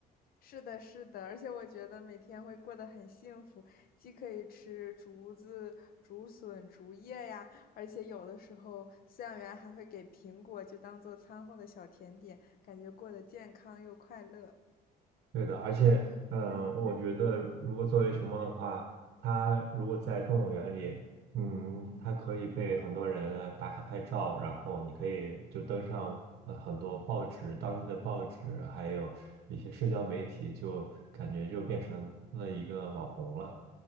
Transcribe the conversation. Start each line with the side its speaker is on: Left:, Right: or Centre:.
Left: 是的，是的，而且我觉得每天会过得很幸福，既可以吃竹子、竹笋、竹叶呀，而且有的时候饲养员还会给苹果，就当做餐后的小甜点，感觉过得健康又快乐。
Right: 对的，而且，嗯、我觉得如果作为熊猫的话，它如果在动物园里，嗯，它可以被很多人打卡拍照，然后你可以就登上呃很多报纸，当地的报纸，还有一些社交媒体，就感觉就变成了一个网红了。